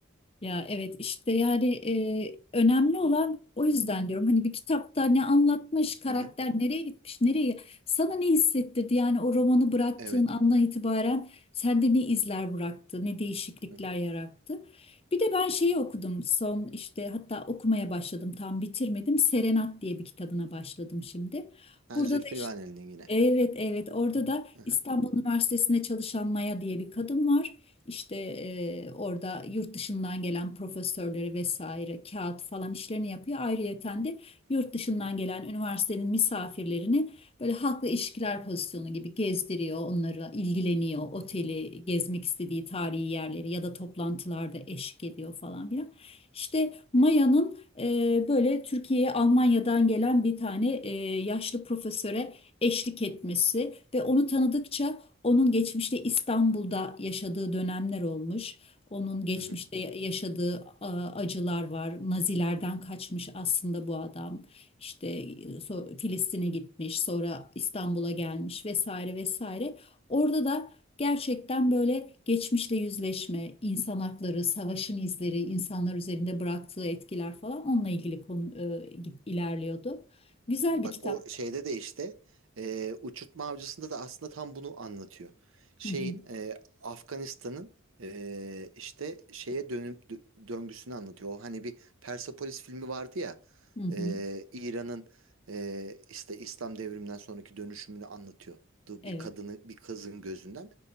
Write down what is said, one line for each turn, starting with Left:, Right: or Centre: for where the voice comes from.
Left: Ya evet işte yani e, önemli olan o yüzden diyorum hani bir kitapta ne anlatmış, karakter
Right: Hı hı.
Left: nereye gitmiş, nereye sana ne hissettirdi yani o romanı bıraktığın
Right: Evet.
Left: andan itibaren sende ne izler bıraktı, ne değişiklikler
Right: Hı hı.
Left: yarattı. Bir de ben şeyi okudum son işte hatta okumaya başladım tam bitirmedim. Serenat diye bir kitabına başladım şimdi.
Right: Ha
Left: Burada
Right: Zülfü
Left: da işte
Right: Livaneli'nin yine.
Left: Evet, evet. Orada da
Right: Hı hı.
Left: İstanbul Üniversitesi'nde çalışan Maya diye bir kadın var. İşte e, orada yurt dışından gelen profesörleri vesaire kağıt falan işlerini yapıyor. Ayrıyeten de yurt dışından
Right: Hı hı.
Left: gelen üniversitenin misafirlerini böyle halkla ilişkiler pozisyonu gibi gezdiriyor. Onlarla ilgileniyor. Oteli,
Right: Hı hı.
Left: gezmek istediği tarihi yerleri ya da toplantılarda eşlik ediyor falan filan. İşte Maya'nın e, böyle Türkiye'ye Almanya'dan gelen bir tane e, yaşlı profesöre eşlik etmesi ve onu tanıdıkça onun geçmişte İstanbul'da yaşadığı dönemler olmuş. Onun geçmişte
Right: Hı hı.
Left: ya- yaşadığı e, acılar var. Nazilerden kaçmış aslında bu adam. İşte e, so- Filistin'e gitmiş, sonra İstanbul'a gelmiş vesaire vesaire. Orada da gerçekten böyle geçmişle yüzleşme, insan hakları, savaşın izleri, insanlar üzerinde bıraktığı etkiler falan onunla ilgili konu e, git- ilerliyordu. Güzel
Right: Bak
Left: bir kitap.
Right: o şeyde de işte e, Uçurtma Avcısı'nda da aslında tam bunu anlatıyor. Şeyin
Left: Hı hı,
Right: e, Afganistan'ın e, işte şeye dönüp dö- döngüsünü anlatıyor. O hani bir Persepolis filmi vardı ya
Left: hı hı.
Right: e, İran'ın e, işte İslam devriminden sonraki dönüşümünü anlatıyor. Du-
Left: Evet.
Right: Bir kadını bir kızın gözünden.